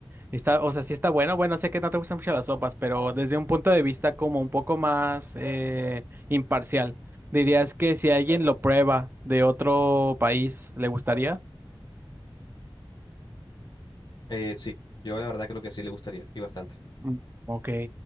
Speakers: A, on the right; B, on the left.
A: Está, o sea, sí está bueno. Bueno, sé que no te gustan mucho las sopas, pero desde un punto de vista como un poco más eh, imparcial, dirías que si alguien lo prueba de otro país, ¿le gustaría?
B: Eh, sí, yo la verdad creo que sí le gustaría y bastante.
A: Mm, Ok.